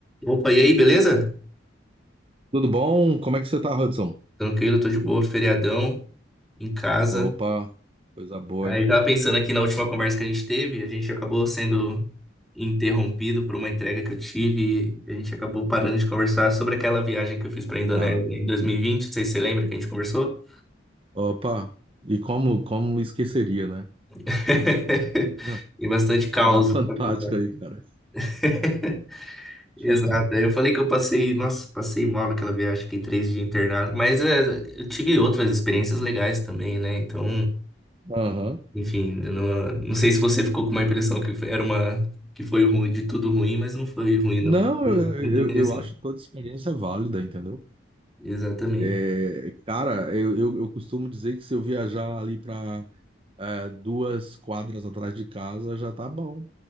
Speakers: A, in the centre; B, on the right.
A: Opa, e aí, beleza?
B: Tudo bom? Como é que você tá, Hudson?
A: Tranquilo, tô de boa, feriadão, em casa.
B: Opa, coisa boa,
A: Aí
B: hein?
A: tava pensando aqui na última conversa que a gente teve, a gente acabou sendo interrompido por uma entrega que eu tive, e a gente acabou parando de conversar sobre aquela viagem que eu fiz pra Indonésia
B: Ah,
A: em 2020, não sei se você lembra que a gente conversou.
B: opa, e como, como esqueceria, né?
A: <laughs>
B: Ah,
A: E bastante caos.
B: Lugar <laughs> fantástico
A: pra contar.
B: aí, cara.
A: <laughs> Exato.
B: <laughs>
A: Aí Eu falei que eu passei, nossa, passei mal naquela viagem, fiquei três dias internado, mas é, eu tive outras experiências legais também, né? Então.
B: Aham.
A: Enfim, eu não, não sei se você ficou com uma impressão que foi- era uma que foi ruim de tudo ruim, mas não foi ruim,
B: Não,
A: não. Muito
B: eu,
A: interessante.
B: eu, eu acho toda experiência válida, entendeu?
A: Exatamente.
B: É, cara, eu, eu, eu costumo dizer que se eu viajar ali para duas quadras atrás de casa, já tá bom.